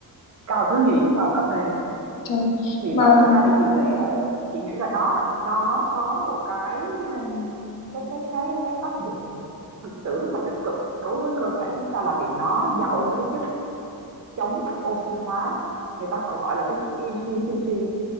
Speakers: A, on the right (about 45°); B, on the left (about 60°).
A: cao thứ nhì sau cà phê
B: trời <laughs>
A: thì
B: mà
A: matcha thì chị nghĩ
B: đó.
A: là chị nghĩ là nó nó có một cái um, cái cái cái cái tác dụng thực sự rất là tích cực đối với cơ thể chúng ta là vì nó giàu cái chất chống oxy hóa người ta còn gọi là cái chất EGCG á.